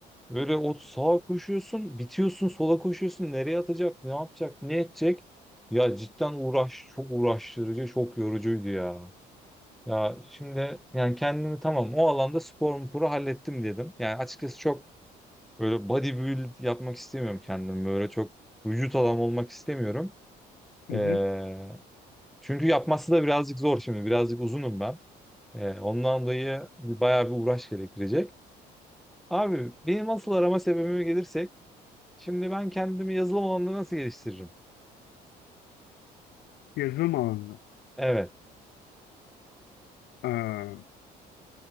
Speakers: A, in the centre; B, on the left (about 75°).
A: Böyle o sağa koşuyorsun, bitiyorsun, sola koşuyorsun. Nereye atacak, ne yapacak, ne edecek? Ya cidden uğraş, çok uğraştırıcı, çok yorucuydu ya. Ya şimdi yani kendimi tamam o alanda spor sporu hallettim dedim. Yani açıkçası çok böyle bodybuild yapmak istemiyorum kendim. Böyle çok vücut adam olmak istemiyorum.
B: Hı
A: Ee,
B: hı.
A: çünkü yapması da birazcık zor şimdi. Birazcık uzunum ben. Ee, ondan dolayı bir- bayağı bir uğraş gerektirecek. Abi benim asıl arama sebebime gelirsek Şimdi ben kendimi yazılım alanında nasıl geliştiririm?
B: Yazılım alanında.
A: Evet.
B: Ee,